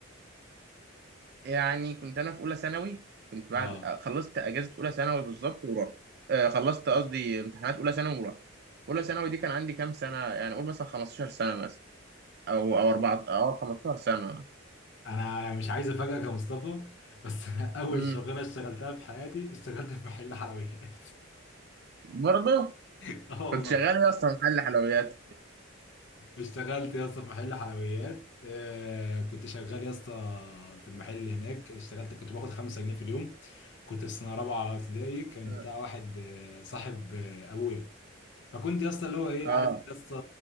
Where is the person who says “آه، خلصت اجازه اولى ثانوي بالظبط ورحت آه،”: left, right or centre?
Right